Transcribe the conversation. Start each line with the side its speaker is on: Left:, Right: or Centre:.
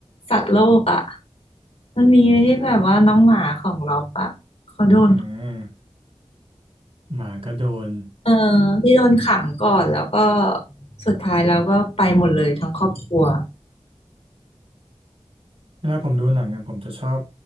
Left: สัตว์โลกอ่ะมันมีที่แบบว่าน้องหมาของล็อบอ่ะเขาโดน
Right: อืมหมาก็โดน
Left: เออที่โดนขังก่อนแล้วก็สุดท้ายแล้วก็ไปหมดเลยทั้งครอบครัว
Right: เวลาผมดูหนังอะผมจะชอบ